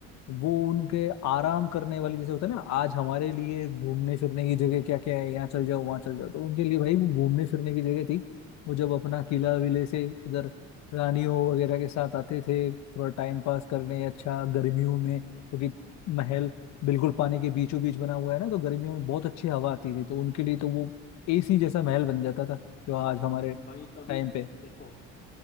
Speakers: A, on the left (about 65°); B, on the left (about 35°).
A: वो उनके आराम
B: फिर
A: करने वाली जैसे होता है ना आज हमारे लिए घूमने फिरने की जगह क्या क्या है यहाँ चल जाओ वहाँ चल जाओ तो उनके लिए भाई वो घूमने फिरने की जगह थी वो जब अपना किला विले से इधर रानियों वगैरह के साथ आते थे थोड़ा टाइम पास करने अच्छा गर्मियों में क्योंकि महल बिल्कुल पानी के बीचों बीच बना हुआ है ना तो गर्मियों में बहुत अच्छी हवा आती थी तो उनके लिए तो वो एसी जैसा महल बन जाता था जो आज हमारे
B: भाई तभी
A: टाइम पे
B: देखो